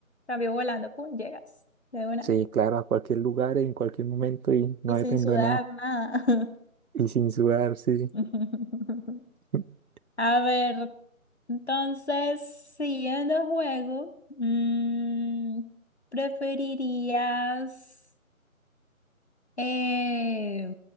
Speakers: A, on the left (about 50°); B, on the right (about 85°).
A: Cambio volando, pum, llegas de una.
B: Sí, claro, a cualquier lugar, en cualquier momento y no
A: Y sin
B: dependo
A: sudar
B: de nada.
A: nada.
B: Y sin sudar, sí.
A: <laughs>
B: <laughs>
A: A ver, entonces, siguiendo el juego, mm, ¿preferirías eh,